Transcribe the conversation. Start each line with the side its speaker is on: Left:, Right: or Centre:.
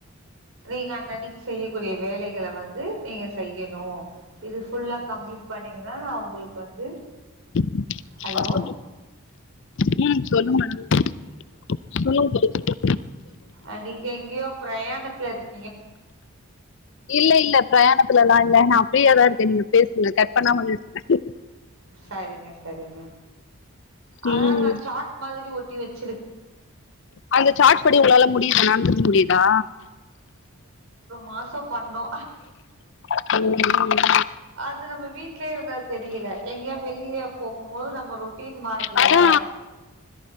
Right: நீங்க அன்னனைக்கு செய்யக்கூடிய வேலைகளை வந்து நீங்க செய்யணும் இது ஃபுல்லா கம்ப்ளீட் பண்ணீங்கன்னா நான் உங்களுக்கு வந்து
Left: <unintelligible>
Right: ஹலோ
Left: உஹம் சொல்லுங்க மேடம் சொல்லுங்க தோழி சீக்கிரம்
Right: அன்னைக்கு எங்கேயோ பிரயாணத்துல இருக்கு
Left: இல்ல இல்ல பிரயாண இல்ல இல்ல நான் ப்ரியாதான் இருக்கேன் நீங்க பேசுங்க கட் பண்ணமா பேசுங்க
Right: சரிங்க சரிங்க அதான்
Left: ம்
Right: நா சாட் மாதிரி ஒட் <unintelligible>
Left: அந்த சாட்படி உங்கலால முடியுதா நடந்துக்க முடியுதா
Right: மாசம் பண்ணோ
Left: உம்
Right: அது நம்ப வீட் லே இருந் தெரியல எங்யே வெளிய போகும்போது நம்ப ரொட்டின் மாருத்தில
Left: அதா